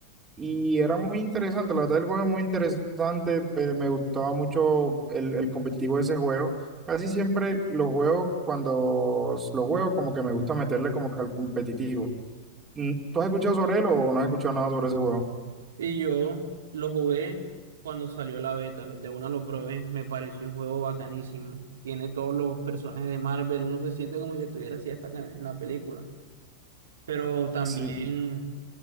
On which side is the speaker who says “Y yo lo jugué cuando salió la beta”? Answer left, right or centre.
Right